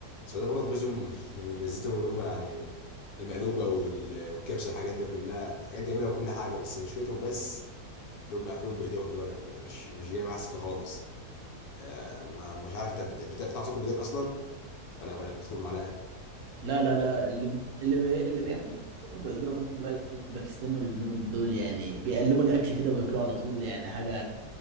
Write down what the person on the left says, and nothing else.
السعوديه برضه ميزتهم ميزتهم اللي هم يعني المقلوبه وال- والكبسه والحاجات ده كلها حاجات جميله وكل حاجه بس مشكلتهم بس اللي هم اكلهم بايدهم دول أنا مش مش جاي معاها سكه خالص آه ما مش عارف انت بت- بت- بتعرف تاكل بايدك اصلا ولا ولا بتدخل معلقه